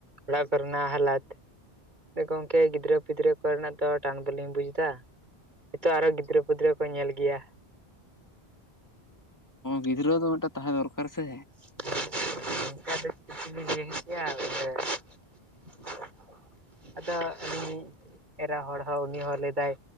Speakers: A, on the right (about 45°); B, on the left (about 15°).
A: ᱚᱲᱟᱜ ᱠᱚᱨᱮᱱᱟᱜ ᱦᱞᱟᱚᱛ ᱜᱚᱝᱠᱮ ᱜᱤᱫᱽᱨᱟᱹ ᱯᱤᱫᱽᱨᱟᱹ ᱠᱚᱨᱮᱱᱟᱜ ᱫᱚ ᱴᱟᱱ ᱵᱟᱞᱤᱧ ᱵᱩᱡ ᱮᱫᱟ ᱱᱤᱛᱚᱜ ᱟᱨᱦᱚ ᱜᱤᱫᱽᱨᱟᱹ ᱯᱤᱫᱽᱨᱟᱹ ᱠᱚ ᱧᱮᱞ ᱜᱮᱭᱟ
B: ᱜᱤᱫᱽᱨᱟᱹ ᱫᱚ ᱢᱤᱫᱴᱮᱱ ᱛᱟᱦᱮᱸ ᱫᱚᱨᱠᱟᱨ ᱥᱮ
A: <unintelligible> ᱟᱫᱚ ᱟᱞᱤᱧ ᱮᱨᱟ ᱦᱚᱲ ᱦᱚᱸ ᱩᱱᱤ ᱦᱚᱸ ᱞᱟᱹᱭᱫᱟᱭ